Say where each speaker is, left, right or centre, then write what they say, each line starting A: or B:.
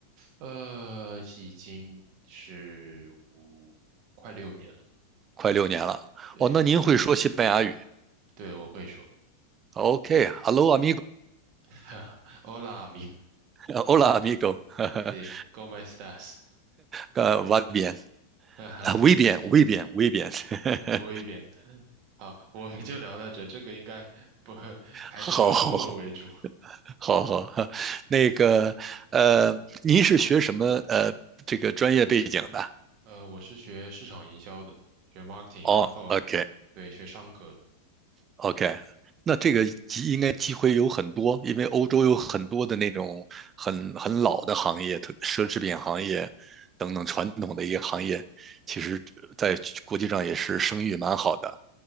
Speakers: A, on the right; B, on the right.
A: 呃，已经是五快六年了。
B: 快六年了。
A: 对，
B: 哦，那您会说西班牙语
A: 对，我会说
B: ？OK，Hello、
A: <laughs>，Hola
B: amigo，Hola amigo，<laughs>
A: amigo，sí，cómo estás？<laughs>
B: 呃，va bien，
A: 哈哈谢谢。
B: 啊，muy bien，muy b i e n m u bien，<laughs>
A: 摸一遍。<laughs> 好，我们就聊到这，这个应该不，<laughs> 还是说中文为主。
B: 好好
A: <laughs>
B: 好好好，那个呃，您是学什么呃这个专业背景的？
A: 呃，我是学市场营销的，学 marketing，
B: 哦，OK，
A: 然后对学商科的。
B: OK，那这个机应该机会有很多，因为欧洲有很多的那种很很老的行业，特奢侈品行业等等传统的一个行业，其实在国际上也是声誉蛮好的